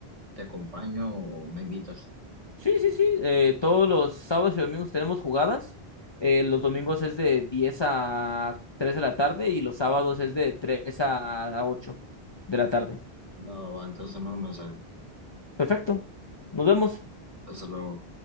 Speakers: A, on the right; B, on the left.
A: te acompaño o me invitas.
B: Sí, sí, sí. eh, todos los sábados y domingos tenemos jugadas. Eh, los domingos es de 10 a 3 de la tarde y los sábados es de tres a ocho de la tarde.
A: No, antes de mando un mensaje.
B: Perfecto. Nos vemos.
A: Hasta luego.